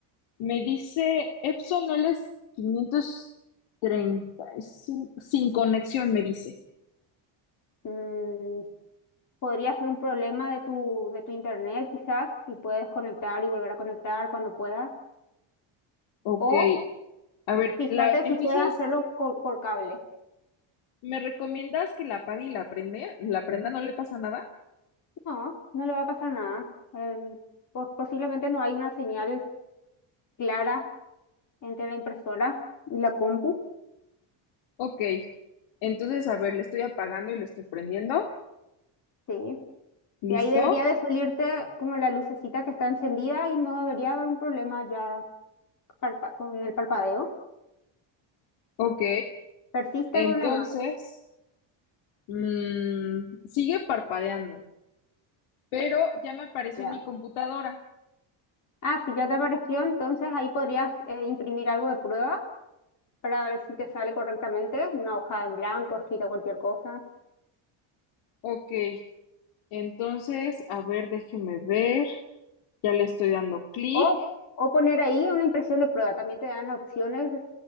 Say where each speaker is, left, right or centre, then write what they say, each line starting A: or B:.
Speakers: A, on the left; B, on the left.
A: me dice Epson LS535 sin conexión, me dice.
B: Mm, podría ser un problema de tu, de tu internet quizás, y puedes conectar y volver a conectar cuando puedas.
A: Ok,
B: O
A: a ver,
B: fijarte
A: la, entonces,
B: si puedes hacerlo co- por, cable.
A: ¿me recomiendas que la apague y la prende? ¿La prenda no le pasa nada?
B: No, no le va a pasar nada. Em, pos- posiblemente no hay una señal clara entre la impresora y la compu.
A: Ok, entonces, a ver, le estoy apagando y le estoy prendiendo.
B: Sí. Y
A: ¿Listo?
B: ahí debería de salirte como la lucecita que está encendida y no debería haber un problema ya parpa- con el parpadeo.
A: Ok.
B: Persiste
A: Entonces,
B: el problema.
A: mm, sigue parpadeando, pero ya me apareció
B: Ya.
A: en mi computadora.
B: Ah, si ya te apareció, entonces ahí podrías eh, imprimir algo de prueba para ver si te sale correctamente, una hoja en blanco, escrita cualquier cosa.
A: Ok, entonces, a ver, déjeme ver. Ya le estoy dando clic.
B: O, o poner ahí una impresión de prueba. También te dan las opciones,